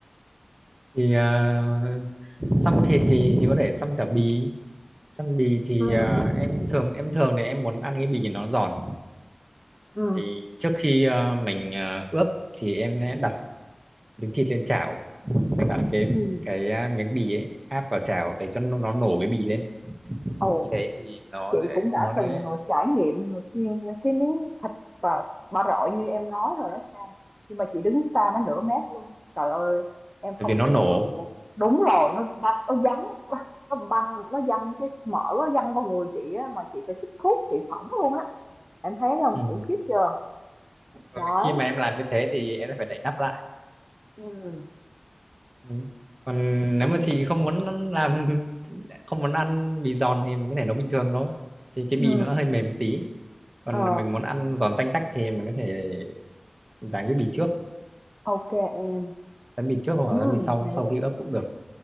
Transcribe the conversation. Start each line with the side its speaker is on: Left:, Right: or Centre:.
Right: thì uh, xăm thịt thì chỉ có thể xăm cả bì xăm bì thì
Centre: ừ
Right: ờ, em
Centre: Ừ.
Right: thường em thường thì em muốn ăn cái bì nó giòn
Centre: Ừ.
Right: thì trước khi ờ, mình ờ, ướp thì em sẽ đặt miếng thịt lên chảo mình bạn cái
Centre: ừ
Right: cái à, miếng bì ấy áp vào chảo để cho nó, nó nổ cái bì lên thì
Centre: Ồ.
Right: như thế thì nó
Centre: chị
Right: sẽ-
Centre: cũng đã
Right: nó
Centre: từng
Right: sẽ-
Centre: ờ, trải nghiệm mà chiên cái miếng thịt và ba rọi như em nói rồi đó Sang nhưng mà chị đứng xa nó nửa mét luôn á. trời ơi em không
Right: bởi vì nó
Centre: tưởng
Right: nổ
Centre: tượng được luôn. đúng rồi nó băng nó vắn nó băng nó văng cái mỡ nó văng vào người chị á mà chị phải sức thuốc chị phỏng luôn á em thấy không
Right: ừ.
Centre: khủng khiếp chưa
Right: Rồi
Centre: đấy
Right: khi mà em làm như thế thì em sẽ phải đậy nắp lại
Centre: ừ
Right: ừ. còn nếu mà chị không muốn ăn- làm <laughs> không muốn ăn bì giòn thì mình có thể nấu bình thường thôi thì cái
Centre: ừ
Right: bì nó hơi mềm một tí còn
Centre: ờ
Right: mình muốn ăn giòn tanh tách thì mình có thể dán cái bì trước
Centre: ok em
Right: dán bì trước hoặc
Centre: ừ
Right: là dán bì sau
Centre: hay
Right: sau
Centre: đấy
Right: khi ướp cũng được